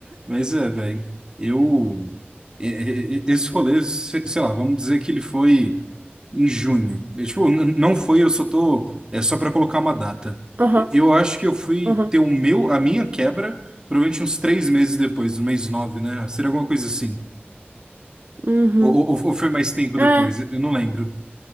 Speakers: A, on the right; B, on the right.
A: Mas é, velho, eu. e- e- e- Esse rolê, se- sei lá, vamos dizer que ele foi em junho. É, tipo, n- não foi, eu só tô. É só pra colocar uma data.
B: Aham,
A: E- Eu acho que eu fui
B: aham,
A: ter o meu, a minha quebra, provavelmente uns três meses depois, no mês nove, né? Seria alguma coisa assim.
B: uhum.
A: Ou, ou, ou foi mais tempo
B: É,
A: depois? Eu não lembro.